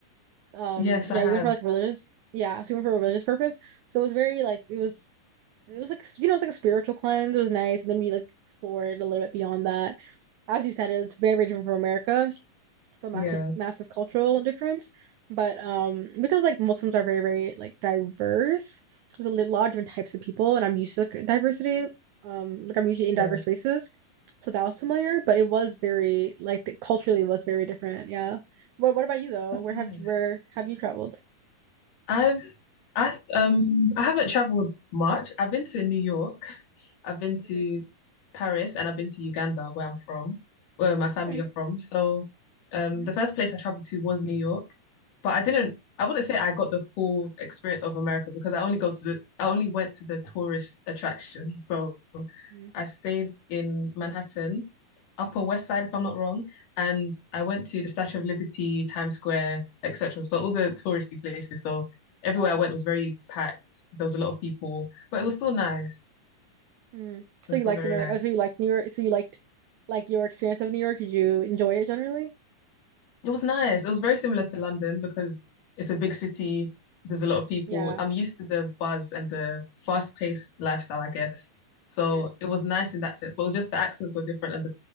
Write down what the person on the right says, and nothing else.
um
yeah
we went for like religious yeah so we went for a religious purpose so it was very like it was it was like you know it's like a spiritual cleanse it was nice and then we like explored a little bit beyond that as you said it's very, very different from America it's a massive
massive cultural difference. But um, because like Muslims are very very like diverse, there's a li- lot of different types of people, and I'm used to like, diversity. Um, like I'm usually in diverse
spaces, so that was familiar. But it was very like the, culturally it was very different. Yeah. What What about you though?
Where
have you where have you traveled?
Mhm.
Okay.
Mm-hmm.
Mm-hmm.
Yeah.
Mm. So
you
liked
America?
So you liked New York? So you liked like your experience of New York? Did you enjoy it generally?
Yeah.
Mhm.